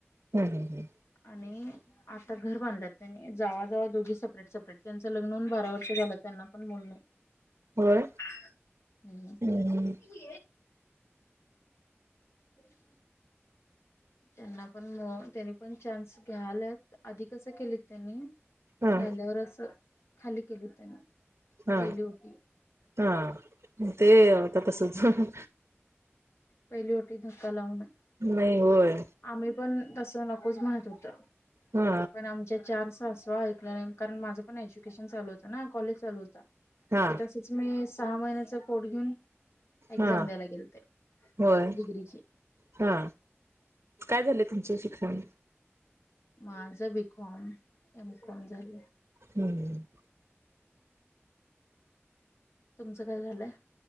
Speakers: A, on the right; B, on the left.
A: हम् हम् हम्
B: आणि, आता घर बांधल्यात त्यांनी जावा जावा दोघी सेपरेट सेपरेट त्यांचं लग्न होऊन बारा वर्ष झालं त्यांना पण मुल,
A: होय
B: <unintelligible>
A: हम्म
B: <unintelligible> त्यांना पण तेनी पण चान्स घ्यायल्यात आधी कस केलित त्यांनी,
A: हा
B: राहिल्यावरच खाली केली त्यांनी
A: हा
B: पहिली ओटी
A: हा ते आता तसच
B: पहिली वटी धक्का लावून
A: नाहीय होय,
B: आम्ही पण तसं नकोच म्हणत होत
A: हा
B: पण आमच्या चार सासवा ऐकल्या नाही कारण, माझं पण एज्युकेशन चालू होत ना कॉलेज चालू होत.
A: हा
B: ते तसच मी सहा महिन्याच पोट घेऊन, एक्झाम
A: हा
B: द्यायला गेलते
A: होय
B: डिग्रीची
A: हा, काय झालंय तुमचं शिक्षण?
B: माझं बीकॉम एमकॉम झालंय
A: हम
B: तुमचं काय झालंय